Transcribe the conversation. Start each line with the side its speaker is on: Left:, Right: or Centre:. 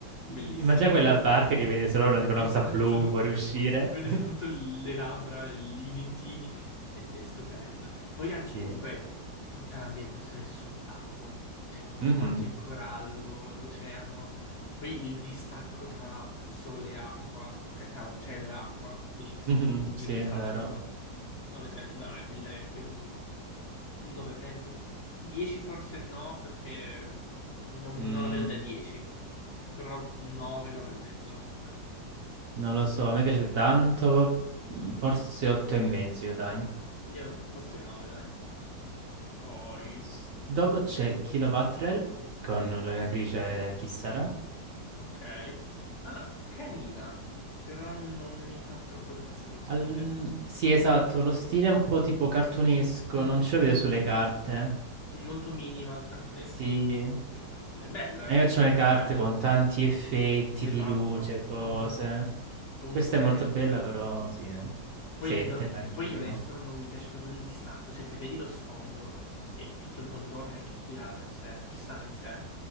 Left: bellissima.
Right: Immagina quella barca che vede solo una, tipo una
Left: Esatto,
Right: cosa blu fuoriuscire.
Left: vede
Right: <laughs>
Left: soltanto le labbra, il- i dentini, è, è stupendo. Poi anche
Right: Sì.
Left: comunque tutta l'ambientazione sott'acqua, cioè tutto
Right: Mhm,
Left: quanto il corallo, l'oceano, poi il distacco tra sole e acqua, cioè tra cielo e acqua, bellissimo.
Right: mhm,
Left: Io
Right: Sì,
Left: questa
Right: è vero.
Left: l'adoro, onestamente gli darei gli darei anche un 9 e mezzo. 10 forse no, perché non,
Right: Mm,
Left: non la vedo da 10, però 9, 9 e mezzo, onestamente.
Right: non lo so, a me piace tanto, mm, forse 8 e mezzo, io dai.
Left: Io forse 9, dai. Poi,
Right: S- Dopo c'è Kilowatt-Rel con l'allenatrice chi sarà.
Left: ok. Allora, carina, però non mi fa troppo impazzire lo stile.
Right: Al- Sì, esatto, lo stile è un po' tipo cartunesco,
Left: Mhm.
Right: non ce lo vedo sulle carte.
Left: Molto minima, il cartunesco
Right: Sì,
Left: non,
Right: a
Left: non mi fa impazzire. Bello,
Right: me
Left: eh, perché,
Right: piacciono
Left: perché
Right: le carte
Left: è bella.
Right: con tanti effetti
Left: Esatto.
Right: di luce, cose.
Left: Mhm. Tipo un
Right: Questa
Left: 7.
Right: è molto bella, però sì. eh.
Left: Poi,
Right: Sette,
Left: no- no,
Right: anch'io.
Left: poi onesto non mi piace proprio il distacco, cioè se vedi lo sfondo e tutto il contorno e anche chi Chiara in sé, chi Sara in sé,